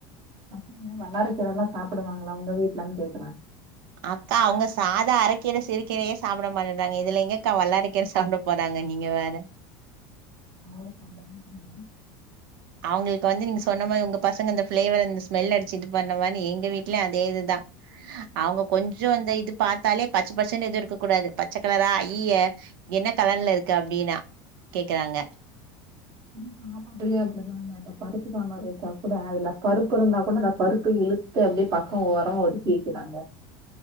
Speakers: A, on the right (about 35°); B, on the right (about 85°).
A: பசங்க வல்லாரக் கீரலா சாப்டுவாங்களா உங்க வீட்லன் கேக்குறே
B: அக்கா அவ்ங்க சாதா அரக்கீர சிறுகீரையே சாப்ட மாட்டேன்றாங்க இதுல எங்கக்கா வல்லாரக்கீர சாப்டப் போறாங்க நீங்க வேற
A: அதனால <inaudible>
B: அவ்ங்களுக்கு வந்து நீங்க சொன்ன மாரி உங்க பசங்க இந்த பிளேவர் அந்த ஸ்மெல் அடிச்சு இது பண்ணுவானு எங்க வீட்லயு அதே இதுதா அவ்ங்க கொஞ்ச அந்த இது பாத்தாலே பச்ச பசேன்னு எதுவு இருக்க கூடாது பச்ச கலரா ஐயய்ய என்ன கலர்ல இருக்கு அப்டினா கேக்குறாங்க
A: <unintelligible> சாப்பாட்லியு அப்டிதா மேம் அந்த பருப்பு சாம்பார் வச்சா கூட அதுல பருப்பு இருந்தா கூட அந்த பருப்பு இழுத்து அப்டியே பக்கோ ஓரமா ஒதுக்கி வக்கிறாங்க